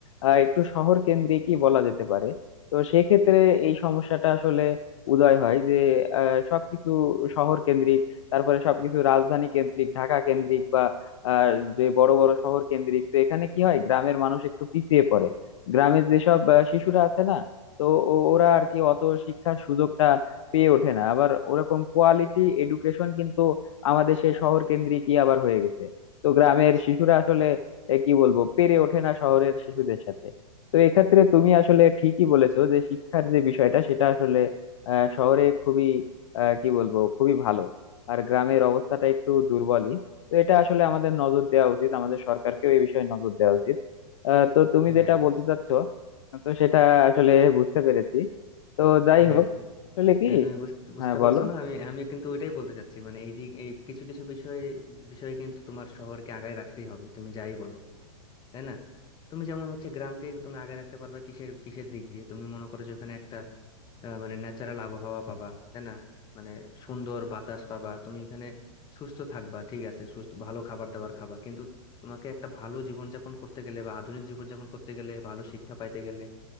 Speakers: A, on the left; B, on the left.
A: আহ, একটু শহর কেন্দ্রিকই বলা যেতে পারে তো সেক্ষেত্রে এই সমস্যাটা আসলে উদয় হয় যে আহ, সবকিছু শহর কেন্দ্রিক তারপরে সবকিছু রাজধানী কেন্দ্রিক ঢাকা কেন্দ্রিক বা আহ, যে বড় বড় শহর কেন্দ্রিক তো এখানে কি হয় গ্রামের মানুষ একটু পিছিয়ে পড়ে গ্রামের যেসব আহ, শিশুরা আছে না তো ও- ওরা আর কি অত শিক্ষার সুযোগটা পেয়ে ওঠে না আবার ওরকম কোয়ালিটি এডুকেশন কিন্তু আমাদের সেই শহর কেন্দ্রিকই আবার হয়ে গেছে তো গ্রামের শিশুরা আসলে এ, কি বলবো পেরে ওঠে না শহরের শিশুদের সাথে তো এক্ষেত্রে তুমি আসলে ঠিকই বলেছো যে শিক্ষার যে বিষয়টা সেটা আসলে আহ, শহরে খুবই আহ, কি বলবো খুবই ভালো আর গ্রামের অবস্থাটা একটু দুর্বলই তো এটা আসলে আমাদের নজর দেওয়া উচিত আমাদের সরকারকেও এই বিষয়ে নজর দেওয়া উচিত আহ, তো তুমি
B: হ্যাঁ
A: যেটা বলতে চাচ্ছ তো সেটা আসলে বুঝতে পেরেছি তো যাই
B: হ্যাঁ
A: হোক
B: তু-
A: আসলে কি
B: হ্যাঁ তুমি বুঝতে বুঝতে
A: হ্যাঁ বলো
B: পারছো না আমি আমি কিন্তু ওইটাই বলতে চাচ্ছি মানে এই যে এই কিছু কিছু বিষয়ে বিষয়ে কিন্তু তোমার শহরকে আগায় রাখতেই হবে তুমি যাই বলো তাই না তুমি যেমন হচ্ছে গ্রামকে তুমি আগায় রাখতে পারবে কিসের কিসের দিক দিয়ে তুমি মনে করো যে ওখানে একটা আহ, মানে ন্যাচারাল আবহাওয়া পাবা তাই না মানে সুন্দর বাতাস পাবা তুমি এখানে সুস্থ থাকবা ঠিক আছে সুস্থ ভালো খাবার দাবার খাবা কিন্তু তোমাকে একটা ভালো জীবনযাপন করতে গেলে বা আধুনিক জীবনযাপন করতে গেলে ভালো শিক্ষা পাইতে গেলে